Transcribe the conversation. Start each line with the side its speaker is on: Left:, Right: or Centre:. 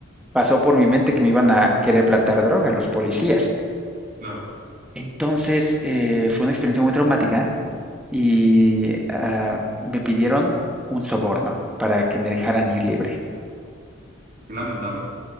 Centre: pasó por mi mente que me iban a querer plantar droga los policías.
Right: claro.
Centre: Entonces, eh, fue una experiencia muy traumática y ah, me pidieron un soborno para que me dejaran ir libre.
Right: Qué lamentable.